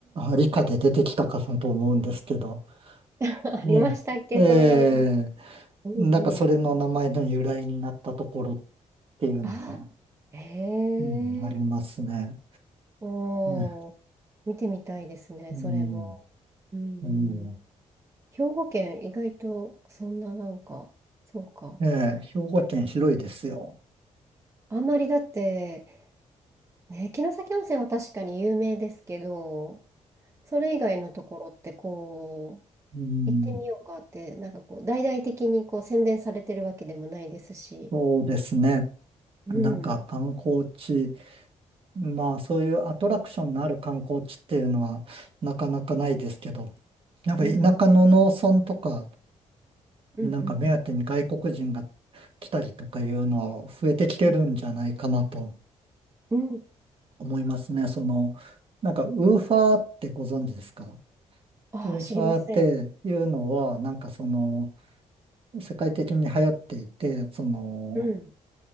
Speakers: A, on the right; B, on the right.
A: 理科で出てきたかと思うんですけど、
B: <laughs> ありましたっけ、
A: ねええー
B: そんなの。うんうん。
A: なんかそれの名前の由来になったところっていうのも、
B: ああ、へえ。
A: うん、ありますね。
B: おー、
A: ね。
B: 見てみたいですね、
A: うん
B: それも。うんうん。
A: うん。
B: 兵庫県、意外とそんななんか、そうか。
A: ええ、兵庫県広いですよ。
B: あんまりだって、ね、城崎温泉は確かに有名ですけど、それ以外のところってこ
A: うん、
B: 行ってみようかって、なんかこう、大々的にこう宣伝されてるわけでもないですし。
A: そうですね。
B: うん、
A: なんか観光地、まあそういうアトラクションのある観光地っていうのはなかなかないですけど、なんか田舎の農村とか、
B: うん、うん、うん、
A: なんか目当てに外国人が来たりとかいうのは増えてきてるんじゃないかなと
B: うん。うん、
A: 思いますね。その、なんかウーファーってご存知ですか
B: うんああ、
A: ウーファーっていうのは、
B: 知りません。
A: なんかその、世界的に流行っていて、その、
B: うん、